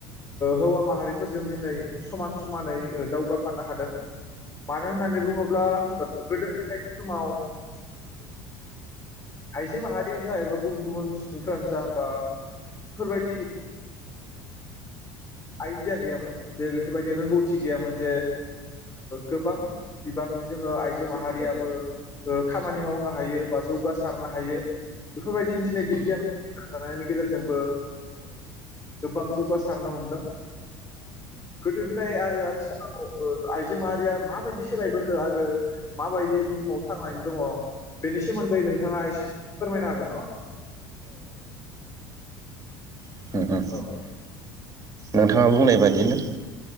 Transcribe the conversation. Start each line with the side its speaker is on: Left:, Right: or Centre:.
Left: हौवा माहारिफोरजों दिनै समान समानै दावगाफानो हादों। मानो होननानै बुङोब्ला गोदो प्लेटफ्र'माव आइजो माहारियानो जा एबा गुबुन गुबुन सुबुंफोरानो जा बा बेफोरबायदि आइदिया गैयामोन जे बेफोरबायदि रोंगौथि गैयामोन जे गोबां बिबांनि जोङो आइजो माहारियाबो खामानि मावनो हायो बा जौगा सारनो हायो। बेफोरबायदिनो दिनै बिगियान थानायनि गेजेरजोंबो गोबां जौगासारनो हमदों गोदो गोदाय आरो आथिखालाव आइजो माहारिया माबायदि सोलायबोखो आरो माबायदि बुहुमाव थांनानै दङ बेनि सोमोन्दै नोंथां? नोंथाङा एसे फोरमायनो हागोन नामा?
Right: हागोन
Left: औ
Right: नोंथाङा बुंनाय बादिनो